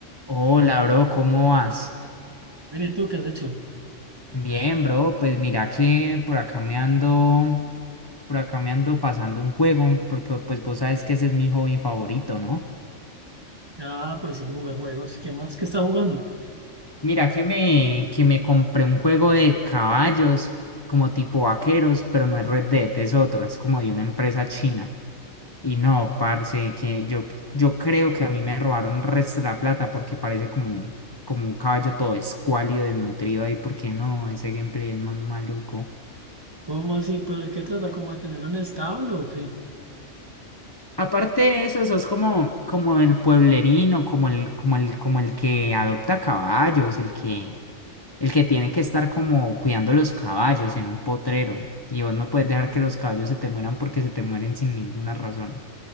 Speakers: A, on the left; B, on the right.
A: Hola, bro, ¿cómo vas?
B: Mire, ¿y ¿tú qué has hecho?
A: Bien, bro, pues mira que por acá me ando, por acá me ando pasando un juego, porque pues vos sabes que ese es mi hobby favorito, ¿no?
B: Ah, pues sí, jugar juegos. ¿Qué más? ¿Qué está jugando?
A: Mira que me, que me compré un juego de caballos, como tipo vaqueros, pero no es Red Dead, es otro, es como de una empresa china. Y no, parce, que yo, yo creo que a mí me robaron resto de la plata porque parece como, un- como un caballo todo escuálido, desnutrido ahí, porque no, ese gameplay es más maluco.
B: ¿Cómo así? ¿Pero de qué trata? ¿Como de tener un establo o qué?
A: Aparte de eso, sos como, como el pueblerino, como el, como el, como el que adopta caballos, el que, el que tiene que estar como cuidando los caballos en un potrero. Y vos no puedes dejar que los caballos se te mueran porque se te mueren sin ninguna razón.